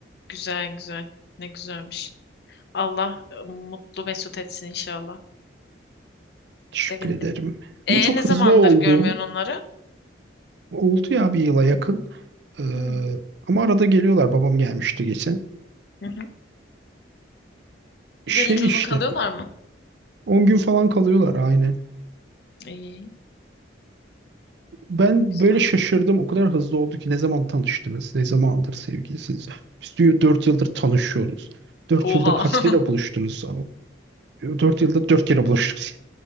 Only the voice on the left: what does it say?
güzel güzel. Ne güzelmiş. Allah e, mutlu mesut etsin inşallah.
Sevindim.
E
ne zamandır
görmüyorsun onları?
Hı.
Hı hı.
Gelince
uzun kalıyorlar mı?
İyi,
güzel.
Oha.
<laughs>